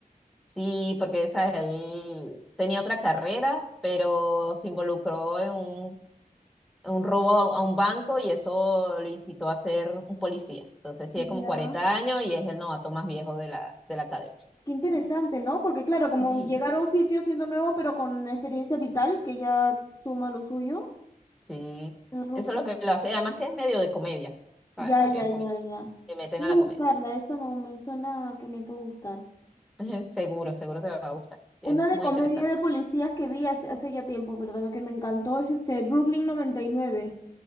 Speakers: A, in the centre; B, on the left (about 20°).
A: Sí, porque esa, él tenía otra carrera, pero se involucró en un un robo a a un banco y eso lo incitó a ser un policía. Entonces tiene como
B: ya.
A: 40 años y es el novato más viejo de la, de la academia.
B: Qué interesante, ¿no? Porque claro, como
A: Sí,
B: llegar a un sitio siendo nuevo, pero con experiencia vital, que ya suma lo suyo.
A: sí.
B: de rookie.
A: Eso es lo que lo hace. Además que es medio de comedia. Ah,
B: Ya,
A: también
B: ya,
A: un
B: ya,
A: poquito.
B: ya.
A: Te meten
B: Voy
A: a la
B: a buscarla,
A: comedia.
B: eso me, me suena que me puede gustar.
A: <laughs> Seguro, seguro te va a gustar. Es
B: Una de
A: muy
B: comedia
A: interesante.
B: de policías que vi hace, hace ya tiempo, pero también que me encantó, es este Brooklyn 99.